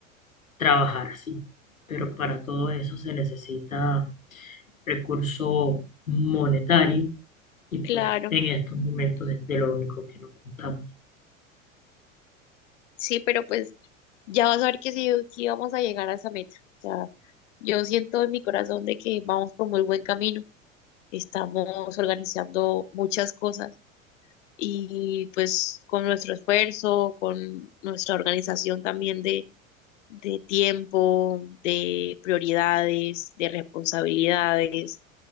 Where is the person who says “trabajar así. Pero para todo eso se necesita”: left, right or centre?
Left